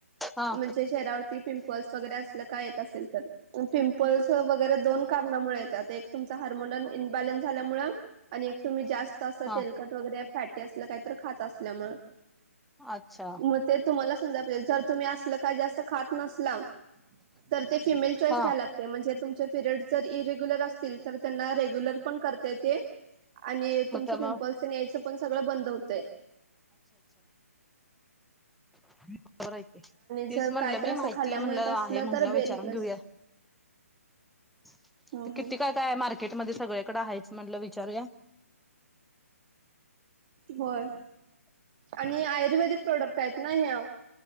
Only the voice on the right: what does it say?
म्हणजे चेहऱ्यावरती पिंप पल्स वगैरे असल काय येत असेल, तर पिंपल्स वगैरे दोन कारणामुळे येत एक तुमचा हार्मोन इन्बॅलन्स झाल्यामुळे आणि तुम्ही जास्त असं
तेलकट वगैरे फॅटी अस काय तर खात असल्यामुळ
म ते तुम्हाला समजा जर तुम्ही असलं काय खात नसला तर ते फिमेल चॉईस
घ्यायला लागतय म्हणजे तुमच्या पीरियड्स जर इरेग्युलर असतील तर त्यांना रेग्युलर पण करते ते आणि
तुमच
पिंपल्स
तेन यायचं पण सगळं बंद होतय.
जर
काय
तर असं
खाल्ल्यामुळेत
असलं
तर बेरी
प्लस
हो
हो.
होय आणि आयुर्वेदिक प्रोडक्ट आहेत ना ह्या.